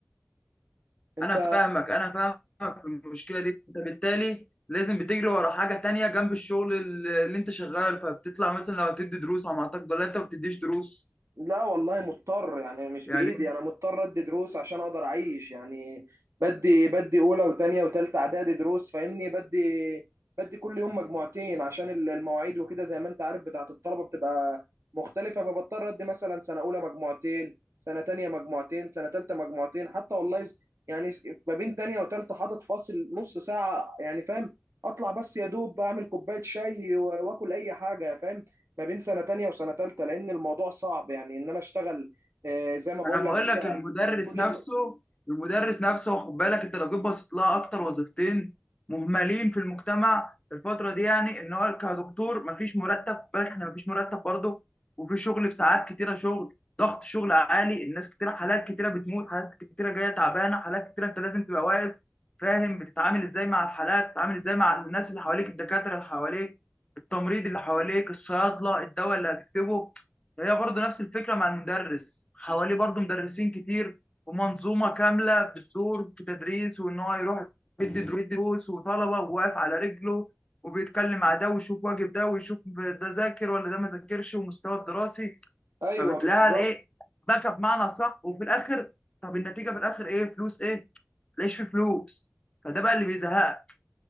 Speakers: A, on the right; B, on the left.
A: انت
B: أنا فاهمك أنا فاهمك في المشكلة دي أنت بالتالي لازم بتجري ورا حاجة تانية جنب الشغل اللي اللي أنت شغال فبتطلع مثلا لو هتدي دروس على ما أعتقد ولا أنت ما بتديش دروس
A: لا والله مضطر يعني مش
B: يعني
A: بإيدي أنا مضطر أدي دروس عشان أقدر أعيش يعني بدي بدي أولى وتانية وتالتة إعدادي دروس فاهمني بدي بدي كل يوم مجموعتين عشان ال- المواعيد وكده زي ما أنت عارف بتاعة الطلبة بتبقى مختلفة فبضطر أدي مثلا سنة أولى مجموعتين سنة تانية مجموعتين سنة تالتة مجموعتين حتى والله س- يعني س- ما بين تانية وتالتة حاطط فاصل نص ساعة يعني فاهم أطلع بس يا دوب أعمل كوباية شاي و- وآكل أي حاجة فاهم ما بين سنة تانية وسنة تالتة لأن الموضوع صعب يعني إن أنا أشتغل آه، زي ما بقول
B: انا بقول
A: لك كده
B: لك المدرس
A: كل
B: نفسه
A: الم...
B: المدرس نفسه خد بالك انت لو جيت بصيت لها اكتر وظيفتين مهملين في المجتمع في الفتره دي يعني ان هو كدكتور مفيش مرتب خد بالك احنا مفيش مرتب برضه وفي شغل بساعات كتيره شغل ضغط شغل عالي الناس كتيره حالات كتيره بتموت حالات كتيره جايه تعبانه حالات كتيره انت لازم تبقى واقف فاهم بتتعامل ازاي مع الحالات بتتعامل ازاي مع الناس اللي حواليك الدكاتره اللي حواليك التمريض اللي حواليك الصيادله الدواء اللي هتكتبه هي برضو نفس الفكرة مع المدرس حواليه برضو مدرسين كتير ومنظومة كاملة بتدور في التدريس وإن هو يروح يدي درو- يدي دروس وطلبة وواقف على رجله وبيتكلم مع ده ويشوف واجب ده ويشوف ده ذاكر ولا ده ما ذاكرش ومستواه الدراسي
A: أيوه
B: فبتلاقيها
A: بالظبط
B: الإيه باكة بمعنى صح وفي الآخر طب النتيجة في الآخر إيه فلوس إيه؟ متلاقيش فيه فلوس فده بقى اللي بيزهقك